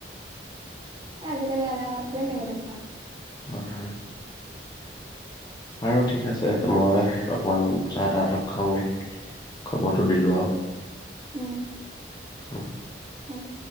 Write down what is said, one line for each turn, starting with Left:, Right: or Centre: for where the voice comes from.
Right: এ আজিকালি আধাৰ কাৰ্ডটোৱে মেইন বেছি ভাগ।
Left: হয়, হয়। বাৰু ঠিক আছে, মই অকমান চাহ তাহ <unintelligible> খাওঁগৈ, খবৰটো দিলোঁ আৰু।
Right: উম।
Left: উম।
Right: হ'ব।